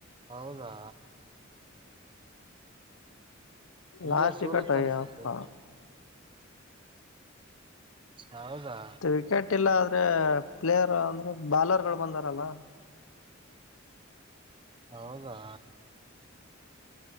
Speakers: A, on the right; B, on the left.
A: ಹೌದಾ. ಇಂಡಿಯಾ
B: ಲಾಸ್ಟ್
A: ಸೋಲತ್
B: ವಿಕೆಟ್ ಅಯ್ಯಪ್ಪ
A: ಅನ್ಸುತ್ತೆ. ಹೌದಾ
B: ವಿಕೆಟ್ ಇಲ್ಲ ಆದ್ರೆ ಪ್ಲೇಯರ್ ಅಂದ್ರೆ ಬಾಲರ್ಗಳು ಬಂದಾರಲ್ಲ
A: ಹೌದಾ